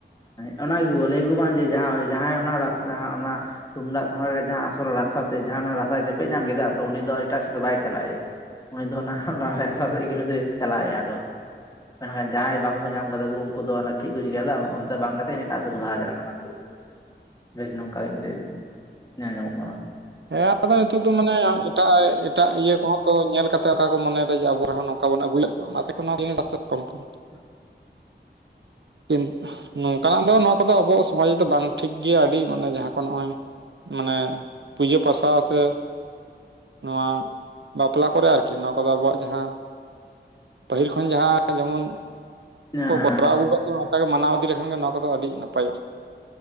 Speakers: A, on the left; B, on the right.
A: ᱚᱱᱟ ᱜᱮᱠᱩ ᱞᱟᱹᱭ ᱟᱠᱩ ᱵᱟᱝ ᱡᱮ ᱡᱟᱦᱟᱸᱭ ᱡᱟᱦᱟᱸᱭ ᱚᱱᱟ ᱨᱟᱥ ᱚᱱᱟ ᱛᱩᱢᱫᱟᱜ ᱴᱟᱢᱟᱠ ᱨᱮ ᱡᱟᱦᱟᱸ ᱟᱥᱚᱞ ᱨᱟᱥᱟ ᱛᱮᱫ ᱡᱟᱦᱟᱸ ᱚᱱᱟ ᱨᱟᱥᱟᱭ ᱪᱮᱯᱮᱡ ᱧᱟᱢ ᱠᱮᱫᱟ ᱾ ᱟᱫᱚ ᱩᱱᱤ ᱫᱚ ᱮᱴᱟᱜ ᱥᱮᱫ ᱫᱚ ᱵᱟᱭ ᱪᱟᱞᱟᱜ ᱜᱮᱭᱟ ᱾ ᱩᱱᱤ ᱫᱚ ᱱᱟᱦᱟᱜ ᱚᱱᱟ ᱨᱟᱥᱟ ᱥᱮᱫ ᱜᱮ ᱩᱱᱤ ᱫᱚᱭ ᱪᱟᱞᱟᱜ ᱮᱭᱟ ᱟᱨᱚ ᱾ ᱢᱮᱱᱠᱷᱟᱱ ᱡᱟᱦᱟᱸᱭ ᱵᱟᱝᱠᱚ ᱧᱟᱢ ᱟᱠᱟᱫᱟ ᱠᱚ ᱩᱱᱠᱩ ᱫᱚ ᱪᱮᱫ ᱠᱚ ᱪᱤᱠᱟᱭ ᱮᱫᱟ ᱚᱱᱛᱮ ᱵᱟᱝ ᱛᱮᱱ ᱮᱴᱟᱜ ᱥᱮᱫ ᱠᱚ ᱥᱟᱦᱟ ᱪᱟᱞᱟᱜ ᱠᱟᱱᱟ ᱠᱚ ᱾ <inaudible> ᱵᱮᱥ ᱱᱚᱝᱠᱟ ᱜᱮ ᱢᱤᱫᱴᱮᱱ ᱧᱮᱞ ᱧᱟᱢᱚᱜ ᱠᱟᱱᱟ ᱾
B: ᱦᱮᱸ ᱟᱫᱚ ᱱᱤᱛᱳᱜ ᱫᱚ ᱢᱟᱱᱮ ᱮᱴᱟᱜ ᱮᱴᱟᱜ ᱤᱭᱟᱹ ᱠᱚᱦᱚᱸ ᱛᱚ ᱧᱮᱞ ᱠᱟᱛᱮ ᱚᱠᱟ ᱠᱚ ᱢᱚᱱᱮ ᱮᱫᱟ ᱡᱮ ᱟᱵᱚ ᱨᱮᱦᱚᱸ ᱱᱚᱝᱠᱟ ᱵᱩᱱ ᱟᱹᱜᱩᱭᱟ ᱛᱚ ᱚᱱᱟ ᱛᱮ <unintelligible> ᱠᱚᱢ ᱠᱚᱢ
A: <inaudible>
B: ᱠᱤᱱᱛᱩ ᱱᱚᱝᱠᱟᱱᱟᱜ ᱫᱚ ᱱᱚᱣᱟ ᱠᱚᱫᱚ ᱟᱵᱚ ᱥᱚᱢᱟᱡᱽ ᱨᱮᱫᱚ ᱵᱟᱝ ᱴᱷᱤᱠ ᱜᱮᱭᱟ, ᱟᱹᱰᱤ ᱢᱟᱱᱮ ᱡᱟᱦᱟᱸ ᱠᱚ ᱱᱚᱜᱼᱚᱭ ᱢᱟᱱᱮ ᱯᱩᱡᱟᱹ ᱯᱟᱥᱟ ᱥᱮ ᱱᱚᱣᱟ ᱵᱟᱯᱞᱟ ᱠᱚᱨᱮ ᱟᱨᱠᱤ ᱱᱚᱣᱟ ᱠᱚᱫᱚ ᱟᱵᱚᱣᱟᱜ ᱡᱟᱦᱟᱸ ᱯᱟᱹᱦᱤᱞ ᱠᱷᱚᱱ ᱡᱟᱦᱟᱸ ᱡᱮᱢᱚᱱ
A: ᱦᱮᱸ
B: ᱠᱚ ᱠᱚᱨᱟᱣ ᱟᱹᱜᱩ ᱟᱠᱟᱫ ᱛᱟᱵᱚᱱᱟ ᱾ᱱᱚᱝᱠᱟ ᱜᱮ ᱢᱟᱱᱟᱣ ᱤᱫᱤ ᱞᱮᱠᱷᱟᱱ ᱜᱮ ᱱᱚᱣᱟ ᱠᱚᱫᱚ ᱟᱹᱰᱤ ᱱᱟᱯᱟᱭᱼᱟ ᱾